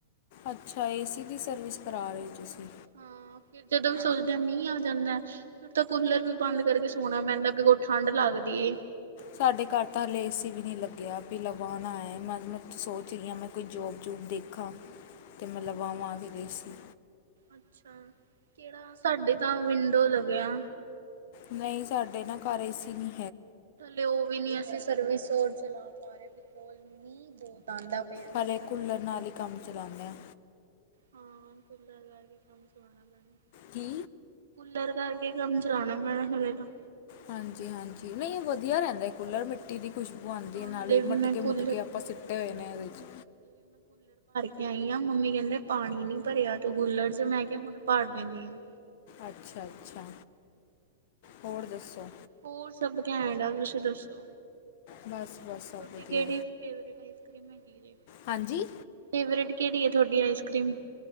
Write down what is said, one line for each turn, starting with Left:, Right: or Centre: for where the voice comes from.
Left: ਅੱਛਾ ਏ ਸੀ ਦੀ ਸਰਵਿਸ ਕਰਾ ਰਹੇ ਤੁਸੀਂ।
Right: ਹਾਂ ਫਿਰ ਜਦੋਂ ਵੀ ਸੋਚਦੇ ਆ ਮੀਂਹ ਆ ਜਾਂਦਾ, ਫਿਰ ਤਾਂ ਕੂਲਰ ਵੀ ਬੰਦ ਕਰਕੇ ਸੋਣਾ ਪੈਂਦਾ, ਕਿਉ ਠੰਢ ਲੱਗਦੀ ਏ।
Left: ਸਾਡੇ ਘਰ ਤਾਂ ਹਲੇ ਏ ਸੀ ਵੀ ਨਹੀਂ ਲੱਗਾ। ਮੈਂ ਵੀ ਲਵਾਉਣਾ ਏ, ਮੈਂ ਸੋਚ ਰਹੀ ਹਾਂ, ਮੈਂ ਕੋਈ ਜੋਬ ਜੂਬ ਦੇਖਾਂ ਅਤੇ ਮੈਂ ਲਵਾਵਾਂ ਏ ਸੀ।
Right: ਅੱਛਾ, ਕਿਹੜਾ ਸਾਡੇ ਤਾਂ ਵਿੰਡੋ ਲੱਗਿਆ।
Left: ਨਹੀਂ ਸਾਡੇ ਨਾ ਘਰ ਏ ਸੀ ਨੀ।
Right: ਤੇ ਉਹ ਵੀ ਨੀ ਅਸੀਂ ਸਰਵਿਸ ਹੋਰ ਚਲਾ ਪਾ ਰਹੇ। ਬਿਕੋਜ ਮੀਂਹ ਬਹੁਤ ਆਉਂਦਾ ਪਿਆ ਨਾ
Left: ਹਲੇੇ
Right: ਇਸ ਕਰਕੇ
Left: ਕੂਲਰ ਨਾਲ ਹੀ ਕੰਮ ਚਲਾਉਂਦੇ ਹਾਂ।
Right: ਹਾਂ, ਕੂਲਰ ਲਗਾ ਕੇ ਕੰਮ ਚਲਾਉਣਾ ਪੈਣਾ।
Left: ਕੀ
Right: ਕੂਲਰ ਕਰਕੇ ਕੰਮ ਚਲਾਉਣਾ ਪੈਣਾ ਹਾਲੇ ਤਾ।
Left: ਹਾਂਜੀ ਹਾਂਜੀ ਨਹੀਂ ਵਧੀਆ ਰਹਿੰਦਾ ਕੂਲਰ <unintelligible> ਖੁਸ਼ਬੂ ਆਉਂਦੀ
Right: ਹਾਂ
Left: ਨਾਲੇ
Right: ਹਲੇ ਵੀ
Left: ਮਟਕੇ
Right: ਮੈਂ ਕੂਲਰ
Left: ਮੁਟਕੇ ਆਪਾਂ ਸਿੱਟੇ ਹੋਏ ਨੇ ਇਹਦੇ ਚ
Right: ਪਈ ਆ ਮੰਮੀ ਕਹਿੰਦੇ ਪਾਣੀ ਨੀ ਭਰਿਆ ਤੂੰ ਕੂਲਰ ਚ ਮੈਂ ਕਿਹਾ ਹੁਣ ਭੜ ਦਿੰਦੀ ਆਾਂ।
Left: ਅੱਛਾ -ਅੱਛਾ ਹੋਰ ਦੱਸੋ?
Right: ਹੋਰ ਸਭ ਕੈਂਟ ਤੁਸੀਂ ਦੱਸੋ?
Left: ਬਸ ਬਸ ਸਭ
Right: ਹਾ
Left: ਵਧੀਆ
Right: ਕਿੜੀ ਫੇਵਰੇਟ ਆਈਸ ਕਰੀਮ ਹੈਗੀ ਜੈ,
Left: ਹਾਂਜੀ
Right: ਫੇਵਰੇਟ ਕਿਹੜੀ ਤੁਹਾਡੀ ਅਇਸ ਕਰੀਮ ਅ ਕ੍ਰਰੀਮ